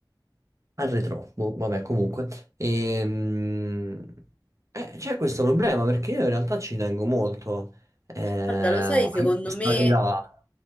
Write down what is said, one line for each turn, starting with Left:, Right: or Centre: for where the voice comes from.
Right: arredrò, boh, vabbè, comunque. Ehm, eh, c'è questo problema perché io in realtà ci tengo molto eh, a
Left: Guarda, lo sai, secondo
Right: mia personalità.
Left: me